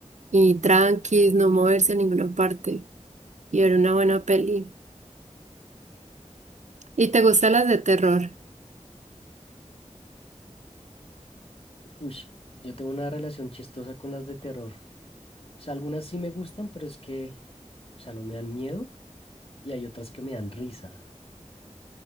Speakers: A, on the right (about 70°); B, on the left (about 50°).
A: y tranquis, no moverse a ninguna parte y ver una buena peli. ¿Y te gustan las de terror?
B: Ush, yo tengo una relación chistosa con las de terror. O sea, algunas sí me gustan, pero es que, o sea, no me dan miedo y hay otras que me dan risa.